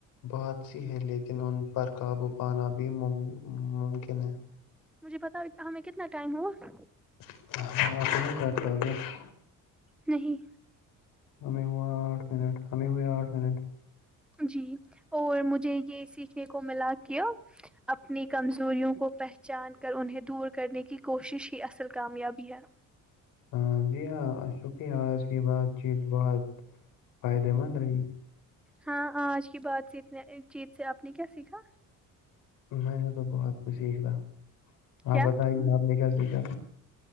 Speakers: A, on the left; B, in the centre.
A: بہت سی ہے لیکن ان پر قابو پانا بھی ممکن ہے
B: مجھے بتا ہمیں کتنا ٹائم ہوا
A: <unintelligible>
B: نہیں
A: ہمیں ہوا آٹھ منٹ ہمیں ہوئے آٹھ منٹ
B: جی اور مجھے یہ سیکھنے کو ملا کیا اپنی کمزوریوں کو پہچان کر انہیں دور کرنے کی کوشش ہی اصل کامیابی ہے
A: ہاں جی ہاں شکریہ آج کی بات چیت بہت فائدے مند رہی
B: ہاں آج کی بات جیت سے آپ نے کیا سیکھا
A: میں نے تو بہت کچھ سیکھ تھا
B: کیا
A: آپ بتائی آپ نے کیا سیکھا